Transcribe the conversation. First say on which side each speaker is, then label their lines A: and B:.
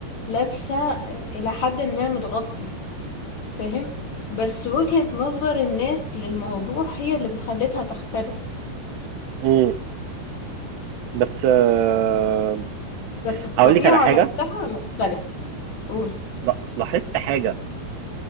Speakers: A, on the left; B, on the right.
A: لابسة آه، الى حد ما متغطي فاهم بس وجهة نظر الناس للموضوع هي اللي بتخليتها تختلف
B: امم بس آه
A: بس الطبيعة
B: هقول لك على حاجه
A: نفسها مختلفة قول
B: لا لاحظت حاجه